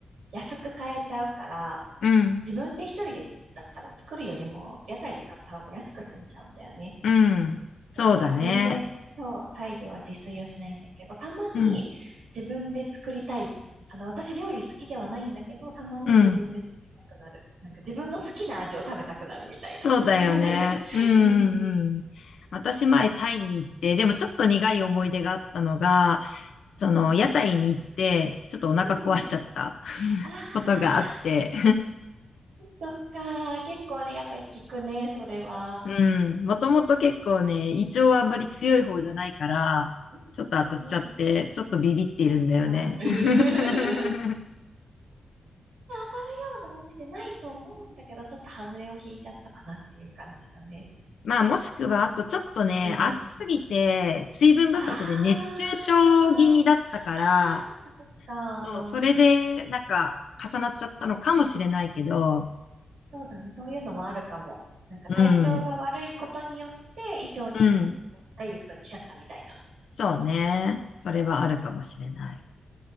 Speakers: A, on the right; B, on the left.
A: 安く買えちゃうから、
B: うん、
A: 自分で一人でだったら作るよりも屋台で買った方が安く済んじゃうんだよね。
B: うん。そうだね。
A: そう、だから全然、そう、タイでは自炊をしないんだけど、たまに自分で作りたい。
B: うん、
A: あの、私料理好きではないんだけど、たまに自分で作りたくなる。
B: うん。
A: なんか自分の好きな味を食べたくなるみたいな。
B: そうだよね。
A: <laughs>
B: うん、う
A: うん。
B: ん、うん。私前タイに行って、でもちょっと苦い思い出があったのが、その屋台に行って、
A: うん。
B: ちょっとお腹壊しちゃった
A: うんうん。
B: <laughs>
A: ああ、
B: ことがあって。
A: そっか。結構ね、やっぱり聞くね、それは。
B: うん。もともと結構ね、胃腸はあんまり強い方じゃないから、
A: うんう
B: ちょっと当たっちゃって、
A: んうん。
B: ちょっとビビっているんだよね。
A: そっか。<laughs> そんな
B: <laughs>
A: 当たるようなお店ないと思うんだけど、ちょっと外れを引いちゃったかなっていう感じだね。
B: まあ、もしくは、あとちょっとね、
A: うん。
B: 暑すぎて、水分不足で熱中症気味だったから、
A: ああ、ああ、そっかそっか。
B: そう、それで、なんか、重なっちゃったのかもしれないけど、
A: そうだね。そういうのもあるかも。なんか体調が悪いことによって胃腸にこうダイレクトに来ちゃったみたいな。
B: うん、うん。そうね。それはあるかもしれない。